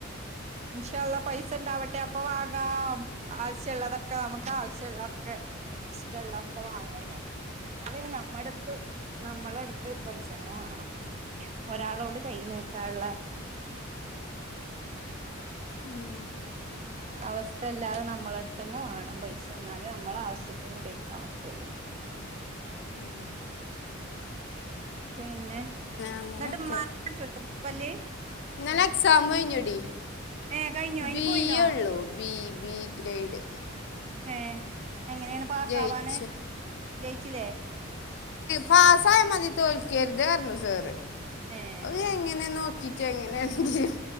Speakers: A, on the right; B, on the left.
A: ഇൻഷാ അള്ള പൈസ ഇണ്ടാവട്ടെ അപ്പൊ വാങ്ങാം ആവശ്യള്ളതൊക്കെ നമുക്ക് ആവശ്യള്ളൊക്കെ ഇസ്ടള്ളാക്കെ വാങ്ങന്നെ അത് നമ്മടുത്ത് നമ്മളടുത്ത് പൈസ ന്നെ വേണം ഒരാളോട് കൈ നീട്ടാള്ള
B: ഉം
A: അവസ്ഥ ഇല്ലാതെ നമ്മളടുത്തന്നെ വേണം പൈസ ന്നാലേ നമ്മളാവശ്യത്തിന് ഉപയോഗിക്കാൻ പറ്റുള്ളൂ
B: ഉം
A: പിന്നെ എന്നിട്ട്
B: അങ്ങനൊക്കെ
A: മ പല്ലി
B: ന്നല എക്സാമഴിഞ്ഞോടി
A: ഏ കഴിഞ്ഞോ അയിന്
B: ബി
A: പോയിന്നോ
B: ഉള്ളു ബി ബി ഗ്രേഡ്
A: ഏ എങ്ങനെയാണ് പാസ്സാവാന്
B: ജയിച്ചു
A: ജയിച്ചില്ലേ
B: പാസായ മതി തോൽക്കരുതർഞു സാറ്
A: ഏഹ്
B: അത് എങ്ങനെ നോ റ്റ എങ്ങനെയാണെങ്കി